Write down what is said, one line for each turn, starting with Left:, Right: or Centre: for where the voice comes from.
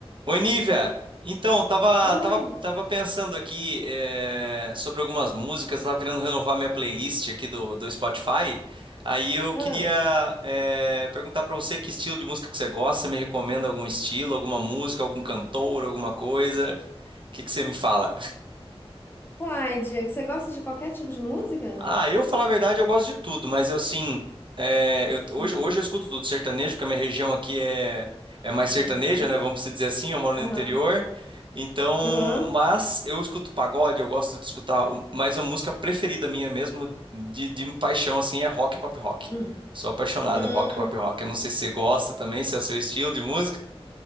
Right: Oi, Nívia. Então, tava,
Left: Oi.
Right: tava, tava pensando aqui eh, sobre algumas músicas, eu tava querendo renovar minha playlist aqui do, do Spotify. Aí eu
Left: Ah,
Right: queria eh, perguntar pra você que estilo de música que você gosta, você me recomenda algum estilo, alguma música, algum cantor, alguma coisa? O que que você me fala?
Left: uai, Diego, você gosta de qualquer tipo de música?
Right: Ah, eu falar a verdade, eu gosto de tudo, mas eu sim. é, eu- hoje,
Left: Hum,
Right: hoje eu escuto tudo sertanejo, porque a minha região aqui é, é mais
Left: uhum,
Right: sertaneja, né? Vamos se dizer assim, eu moro no
Left: aham,
Right: interior. Então,
Left: aham,
Right: mas eu escuto pagode, eu gosto de escutar, o- mas a música preferida minha mesmo, de, de paixão, assim, é rock e pop rock.
Left: hum,
Right: Sou apaixonado
Left: hum,
Right: em rock e pop rock. Eu não sei se você gosta também, se é o seu estilo de música.